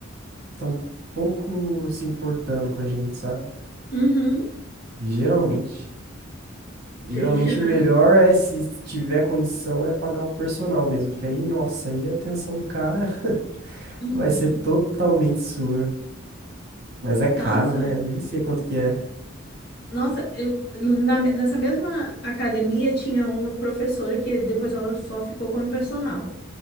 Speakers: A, on the right; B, on the left.
A: tão pouco se importando com a gente, sabe?
B: Uhum.
A: Geralmente. Geralmente
B: Triste, né?
A: o melhor é, se tiver condição, é pagar o personal mesmo, porque aí, nossa, aí a atenção do cara <laughs>
B: Uhum.
A: vai ser totalmente sua. Mas é caro,
B: Nossa.
A: né? Eu nem sei quanto que é.
B: Nossa, eu, na, nessa mesma academia tinha uma professora que depois ela só ficou como personal,